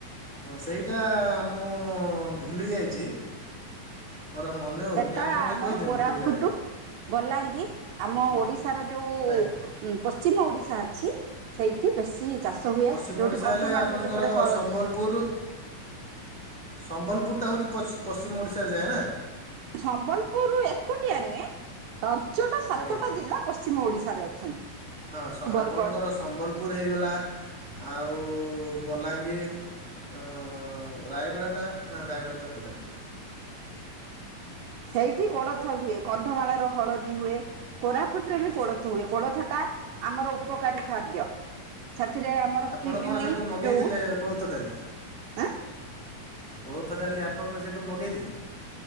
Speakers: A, in the centre; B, on the right (about 80°).
A: ହଁ ସେଇଟା ମୁଁ ଭୁଲି ଯାଇଛି। ମୋର ମନେ ହଉନି
B: ସେଟା
A: ଆପଣ ଟିକେ
B: ଆମର
A: କହିଦିଅନ୍ତୁ
B: କୋରାଫୁଟୁ
A: କୋଉ ଜାଗାରେ
B: ବଲାଙ୍ଗୀର ଆମ
A: ହୁଁ
B: ଓଡିଶାର ଯୋଉ
A: ଆଜ୍ଞା
B: ପଶ୍ଚିମ ଓଡିଶା ଅଛି ସେଇଠି ବେଶୀ ଚାଷ ହୁଏ
A: ପଶ୍ଚିମ
B: ଯୋଉଠି
A: ଓଡ଼ିଶା
B: କନ୍ଧମାଳ
A: ହେଲେ ଆପଣଙ୍କର
B: ର ଯେପରି ହଳଦୀ
A: ସମ୍ବଲପୁର ସମ୍ବଲପୁରଟା ହଉଛି ପଶ୍ଚିମ ଓଡ଼ିଶାରେ ଯାଏ ନା।
B: ସମ୍ବଲପୁରରୁୁ ଏକୁଟିଆ ନୁହେଁ। ପାଞ୍ଚଟା ସାତଟା
A: ଆଜ୍ଞା
B: ଜିଲ୍ଲା ପଶ୍ଚିମ ଓଡିଶାରେ ଅଛନ୍ତି।
A: ହଁ
B: ବରଗଡ଼
A: ଆପଣଙ୍କର ସମ୍ବଲପୁର ହେଇଗଲା ଆଉ ବଲାଙ୍ଗୀର ରାୟଗଡ଼ା ଟା ନା ରାୟଗୁଡା ତ ଏପଟେ
B: ସେଇଠି କୋଳଥ ହୁଏ କନ୍ଧମାଳ ର ହଳଦୀ ହୁଏ। କୋରାପୁଟରେ ବି
A: ଆଚ୍ଛା
B: କୋଳଥ ହୁଏ କୋଳଥଟା ଆମର ଉପକାରୀ ଖାଦ୍ୟ। ସେଥିରେ ଆମର
A: ଆପଣ
B: କିଡନୀ
A: କ'ଣ ସେଠୁ ମଗେଇଥିଲେ
B: ଯୋଉ
A: କୋଳଥ ଡାଲି
B: ଆଁ
A: କୋଳଥ ଡାଲି ଆପଣଙ୍କ ସେଇଠୁ ମଗେଇଥିଲେ।